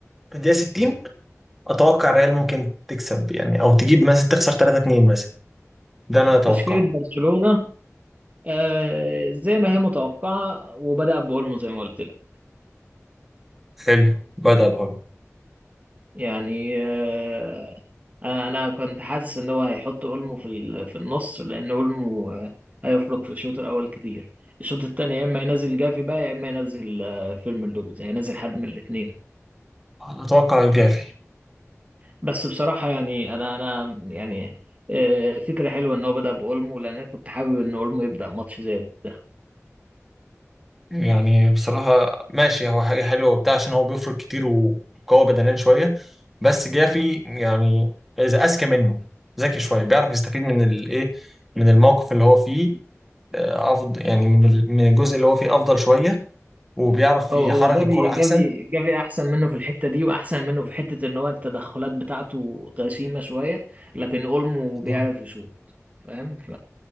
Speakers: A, in the centre; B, on the right.
A: في الدقيقه 60 اتوقع الريال ممكن تكسب يعني او تجيب مثلا تخسر 3-2 مثلا ده انا اتوقعه
B: تشكيلة برشلونة آه زي ما هي متوقعة وبدأ بأولمو زي ما قلت لك
A: حلو بدأ بهاي
B: يعني آه أنا أنا كنت حاسس إن هو هيحط أولمو في ال- في النص لأن أولمو آه هيفرق في الشوط الأول كتير الشوط التاني يا إما ينزل جافي بقى يا إما ينزل آه فيرمين لوبيز هينزل حد من الاتنين
A: اتوقع الجافي
B: بس بصراحة يعني أنا أنا يعني آه فكرة حلوة إن هو بدأ بأولمو لأن أنا كنت حابب إن أولمو يبدأ ماتش زي ده
A: يعني بصراحه ماشي هو حاجه حلوه وبتاع عشان هو بيفرق كتير وقوي بدنيا شويه بس جافي يعني اذا اذكى منه ذكي شويه بيعرف يستفيد من الايه من الموقف اللي هو فيه آه، افضل يعني من ال- من الجزء اللي هو فيه افضل شويه وبيعرف
B: هو
A: يحرك
B: هو جافي
A: الكرة احسن
B: جافي جافي احسن منه في الحته دي واحسن منه في حته ان هو التدخلات بتاعته غشيمه شويه لكن اولمو
A: بالظبط.
B: بيعرف يشوط فاهم ف